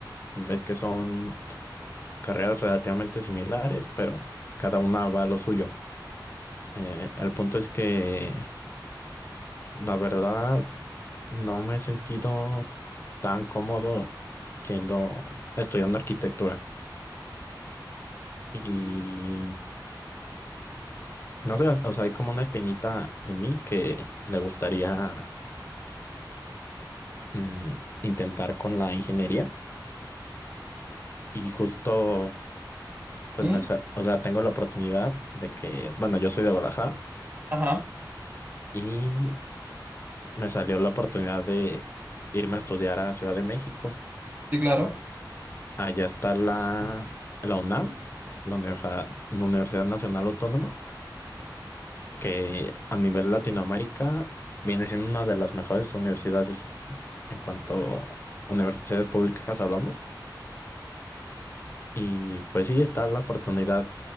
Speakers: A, on the left (about 30°); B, on the right (about 25°).
A: Ves que son carreras relativamente similares, pero cada una va a lo suyo. Eh, el punto es que la verdad no me he sentido tan cómodo siendo estudiando arquitectura. Y no sé, o sea, hay como una espinita en mí que le gustaría mm, intentar con la ingeniería. Y justo, pues
B: ¿Y?
A: me, sa- o sea, tengo la oportunidad de que, bueno, yo soy de Guadalajara
B: Ajá,
A: y me salió la oportunidad de irme a estudiar a Ciudad de México.
B: sí, claro.
A: Allá está la, la UNAM, la Universidad, la Universidad Nacional Autónoma, que a nivel Latinoamérica viene siendo una de las mejores universidades en cuanto a universidades públicas hablamos. Y pues sí, está la oportunidad